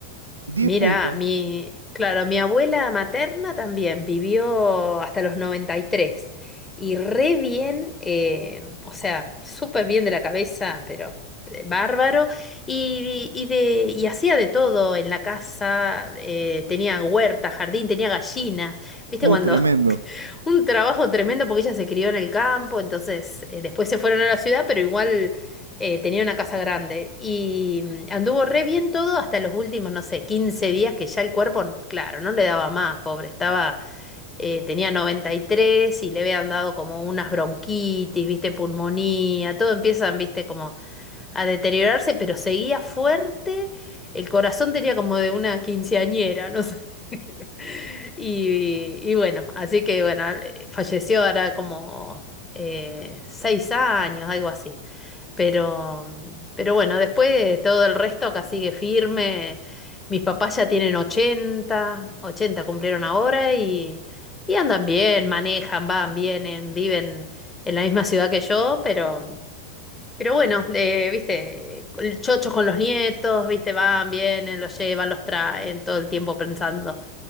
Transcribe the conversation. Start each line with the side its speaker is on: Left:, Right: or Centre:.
Right: 10
Left: Mira,
Right: puntos.
Left: mi, claro, mi abuela materna también vivió hasta los 93 y tres y re bien, eh, o sea, súper bien de la cabeza, pero eh, bárbaro, y, y, de, y hacía de todo en la casa, eh, tenía huerta, jardín, tenía gallinas, viste
Right: Uh,
Left: cuando
Right: tremendo.
Left: <laughs> un trabajo tremendo porque ella se crió en el campo, entonces eh, después se fueron a la ciudad, pero igual eh, tenía una casa grande y mm, anduvo re bien todo hasta los últimos, no sé, 15 días que ya el cuerpo, n- claro, no le daba más, pobre, estaba, eh, tenía 93 y tres y le habían dado como unas bronquitis, viste, pulmonía, todo empiezan, viste, como a deteriorarse, pero seguía fuerte, el corazón tenía como de una quinceañera, no sé. <laughs> Y, y bueno, así que bueno, eh, falleció ahora como eh, seis años, algo así. Pero, mm, pero bueno, después todo el resto acá sigue firme. Mis papás ya tienen ochenta 80 cumplieron ahora y, y andan bien, manejan, van, vienen, viven en la misma ciudad que yo, pero, mm, pero bueno, eh, viste, chochos con los nietos, viste, van, vienen, los llevan, los traen, todo el tiempo pensando,